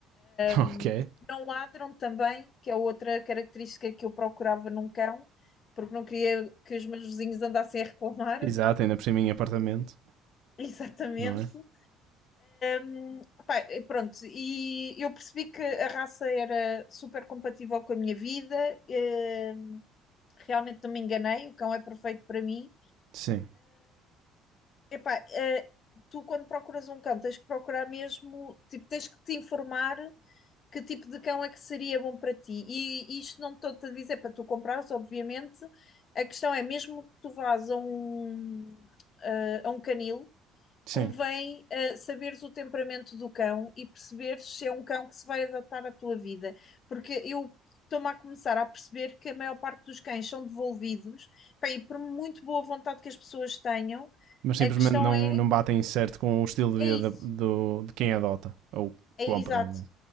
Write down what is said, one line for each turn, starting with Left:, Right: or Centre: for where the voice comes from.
Right: <laughs> ok.
Left: Um, não ladram também, que é outra característica que eu procurava num cão, porque não queria que os meus vizinhos andassem a reclamar.
Right: Exato, ainda por cima em apartamento,
Left: <laughs> Exatamente.
Right: não é?
Left: Hum, pá, e pronto, e eu percebi que a raça era super compatível com a minha vida. eh, realmente não me enganei, o cão é perfeito para mim.
Right: Sim,
Left: Epá, eh, tu quando procuras um cão tens que procurar mesmo, tipo, tens que te informar que tipo de cão é que seria bom para ti? E isto não estou-te a dizer para tu comprares, obviamente. A questão é, mesmo que tu vás a um, a um canil,
Right: sim.
Left: convém eh, saberes o temperamento do cão e perceberes se é um cão que se vai adaptar à tua vida. Porque eu estou-me a começar a perceber que a maior parte dos cães são devolvidos, pá, e por muito boa vontade que as pessoas tenham,
Right: mas simplesmente
Left: a questão
Right: não,
Left: é,
Right: não batem certo com o estilo de
Left: é
Right: vida
Left: isso.
Right: da- do, de quem adota ou
Left: É,
Right: compra.
Left: exato,
Right: não